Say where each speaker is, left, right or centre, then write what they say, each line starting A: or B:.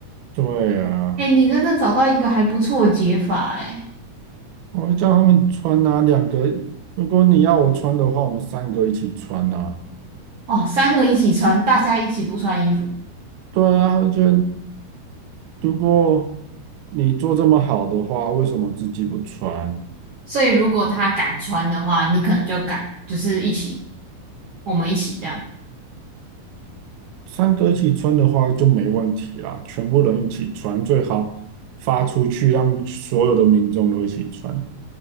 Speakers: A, on the right; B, on the right.
A: 对啊，
B: 诶，你真的找到一个还不错的解法诶。
A: 我会叫他们穿啊，两个。如果你要我穿的话，我们三个一起穿啊。
B: 哦，三个一起穿，大家一起不穿衣服。
A: 对啊，而且如果你做这么好的话，为什么自己不穿？
B: 所以如果他敢穿的话，你可能就敢，就是一起，我们一起这样。
A: 三个一起穿的话就没问题啦，全部人一起穿，最好发出去让所有的民众都一起穿。